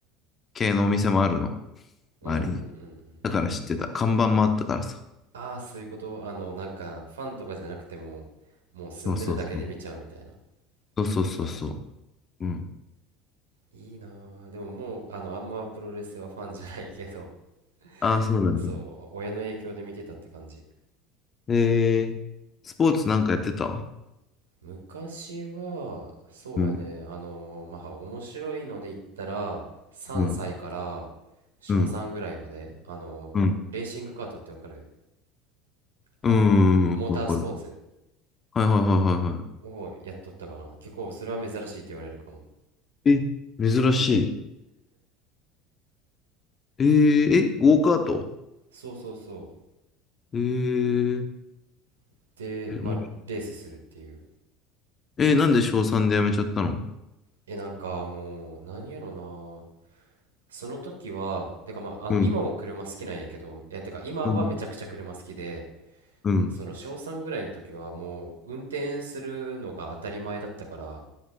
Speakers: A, on the left; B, on the right.
A: 系のお店もあるの、
B: うんうんうん
A: 周りに。
B: うん。
A: だから知ってた。看板もあったからさ。
B: ああ、そういうこと。あの、なんか、ファンとかじゃなくても、もう住んでるだけで見ちゃうみたいな。
A: そうそうそう。そうそうそうそう。
B: ああ、
A: うん。
B: いいなーでももう、あの、あんまプロレスはファンじゃないけど、<laughs>
A: ああ、そうなんだ。
B: そう、親の影響で見てたって感じ。
A: えー、スポーツなんかやってた
B: 昔は、そうやね、
A: うん、
B: あのーまあ、面白いので言ったら、3歳から
A: うん、
B: 小3ぐらいまで、
A: うん、
B: あのーレーシングカートってわかる
A: うん、
B: あの、
A: うん、
B: モータースポーツ
A: うんわかる。はいはいはいはいは
B: をやっとったかな。結構それは珍しいって言われるかも。
A: い。え、珍しい。えー、え、ゴーカート
B: そうそうそ
A: えー、
B: う。で、
A: え
B: まあ、レースするっていう。
A: えーなんで小3で辞めちゃったの
B: え、なんかもう、なんやろな。その時は、てかまあ、あの、
A: うん、
B: 今も車好きなんやけど、え、てか今はめちゃくちゃ車好きで、
A: うん、うん、
B: で、その小3ぐらいの時はもう、運転するのが当たり前だったから、